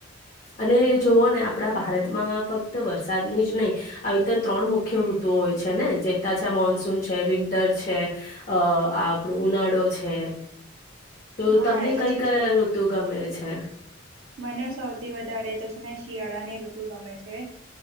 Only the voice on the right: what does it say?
હા
એ તો
છે
જો
મને સૌથી વધારે તો છે. ને શિયાળાની ઋતુ ગમે છે.